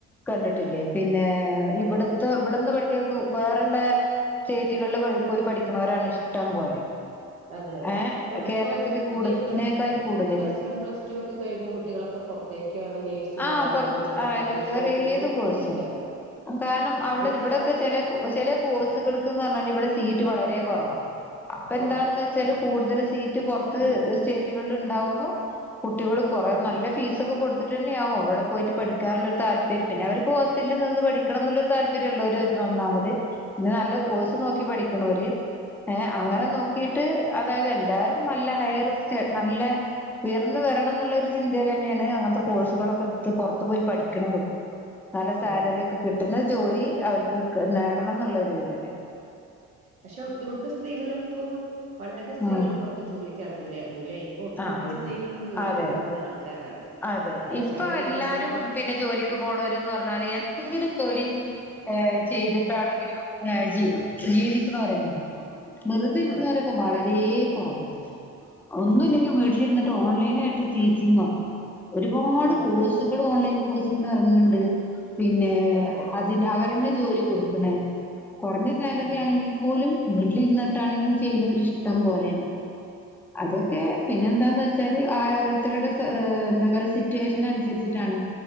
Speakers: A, in the centre; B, on the right (about 85°).
A: കണ്ടിട്ടില്ലേ പിന്നെ
B: ഉം
A: ഇവിടത്തെ ഇവിടുന്ന് പഠിക്കക്കും. വേറള്ള സ്റ്റേറ്റുകളിൽ ഴി പോയി പഠിക്കണവരാണ് ഇഷ്ടം പോലെ.
B: അതെ അതെ
A: ഏഹ്
B: ഇപ്പൊ ഇപ്പൊ
A: കേരളത്തിൽ കൂടുന്നേക്കായും
B: പുതിയ പ്ലസ്
A: കൂടുതല്
B: പ്ലസ് വൺ പ്ലസ് ടു ഒക്കെ കഴിഞ്ഞഞ് കുട്ടികളൊക്കെ പുറത്തേക്കാണ് നേഴ്സിംഗ
A: ആഹ്
B: ആയാലും
A: പുറത്ത്
B: അതിനൊക്കെ
A: ആയാലും
B: അഡ്മിഷൻ
A: വേറെ
B: എടുത്തു പോകുന്ന
A: ഏത് കോഴ്സും
B: പുറത്തേക്കാണ്.
A: കാരണം അവിടെ
B: ഇവിടുത്തെ
A: ഇവിടൊക്കെ
B: നമ്മ
A: ചെല ചില കോഴ്സുകൾക്ക്ന്ന് പറഞ്ഞാൽ ഇവിടെ സീറ്റ് വളരെ കുറവാ. അപ്പൊ എന്താണെന്ന്
B: കുറവാ
A: വെച്ച ച്ചാൽ കൂടുതൽ സീറ്റ് പറത്ത് സ്റ്റേറ്റുകളിൽ ഉണ്ടാവുമ്പോ, കുട്ടികൾ കൊറേ
B: ഉം
A: നല്ല ഫീസൊക്കെ കൊടുത്തി ട്ടന്നെയവും അവിടെ പോയിട്ട് പഠിക്കാനുള്ള ഒരു താല്പര്യം. പിന്നെ അവക്ക് ഹോസ്റ്റലിൽ നിന്ന് പഠിക്കണം എന്നുള്ളരു തല് ര്ള്ളോര് ഒന്നാമത്. പിന്നെ നല്ല കോഴ്സ്
B: ആ
A: നോക്കി പഠിക്കണോര്, ഏഹ് അങ്ങനെ
B: അതെ
A: നോക്കി ട്ട് അതായത് എല്ലാരും നല്ല ഹയർ സ്റ്റ നല്ലേ ഉയർന്ന് വരണം എന്നുള്ളൊരു ചിന്തയിൽ തന്നെയാണ് അങ്ങനത്തെ കോഴ്സുകളൊക്കെടുത്ത് പുറത്ത് പോയി പഠിക്കണതും. നല്ല സാലറി
B: അതെ അതെ
A: ഒക്കെ കിട്ട്ണ ജോലി അവർക്ക് നേടണം ന്നുള്ള ഒരിതിലന്നെ.
B: പക്ഷെ ഒട്ടുമിക്ക സ്ത്രീകളും ഇപ്പം പണ്ടൊക്കെ സ്ത്രീകൾ
A: ഉം
B: പുറത്ത് ജോലിക്ക് ഇറങ്ങില്ലായിരുന്നു ല്ലെ? പ്പൊ ഒട്ടുമിക്ക
A: ആഹ്
B: സ്ത്രീകളും ജോലിക്ക്
A: അതെ
B: പോകുന്ന ആൾക്കാരാണ്
A: അതെ
B: ഏഹ്
A: ഇപ്പൊ
B: സ്വയണ്ട്
A: എല്ലാരും
B: നമ്മളിപ്പോ ക
A: പിന്നെ ജോലിക്ക് പോണോര്ന്ന് പർഞ്ഞാല് എന്തെങ്കിലും <unintelligible> ഏഹ് ചെയ്തിട്ടാണെങ്കിലും ഏഹ് ജി ജീവിക്കുണോരന്നെ പ്പൊ വെറുതെ ഇരിക്കുണോരൊക്കെ
B: അതെ
A: വളരെ കുറവാ ഒന്നുല്യ
B: ഉം
A: വീട്ടിലിരുന്നിട്ട്
B: സത്യം
A: ഓൺലൈനായിട്ട് ടീച്ചിങൊ ഒരുപാട്
B: ആഹ്
A: കോഴ്സ് സുകൾ ഓൺലൈൻ കോഴ്സ്ന് റങ്ങ്ണ്ട് പിന്നെ
B: അതെ
A: അ തിന് അവരന്നെ ജോലി കൊടുക്കണേ കുറഞ്ഞ സാലറി
B: ഉം
A: ആണെങ്കിൽ പോലും വീട്ടിലിരുന്നിട്ടാണെങ്കിലും ജോലി ചെയ്യന്നോര് ഇഷ്ടം പോലേണ് അതൊക്കെ
B: ഉം
A: പിന്നെ എന്താന്ന് വെച്ച ൽ ആയോരുത്തരുടെ ഏഹ് എന്താ പറയാ സിറ്റുവേഷനനുസരിച്ചിട്ടാണ്.